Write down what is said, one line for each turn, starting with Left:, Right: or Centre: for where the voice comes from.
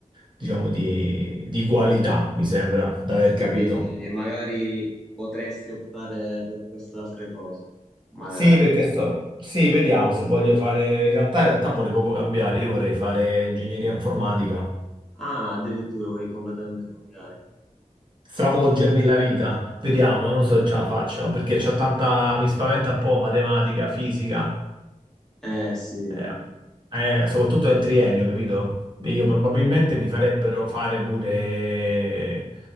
Right: diciamo, di, di qualità, mi sembra, da aver capito.
Centre: Quindi eh, magari potresti optare per queste altre cose. Magari.
Right: Sì, perché sto... Sì, vediamo se voglio fare... In realtà, in realtà vorrei proprio cambiare, io vorrei fare ingegneria informatica.
Centre: Ah, addirittura puoi completamente cambiare.
Right: Stravolgermi la vita, vediamo, non so se ce la faccio, perché c'ho tanta, mi spaventa un po' matematica, fisica,
Centre: Eh, sì,
Right: Eh,
Centre: sì.
Right: eh, soprattutto nel triennio, capito? Io probabilmente mi farebbero fare pure,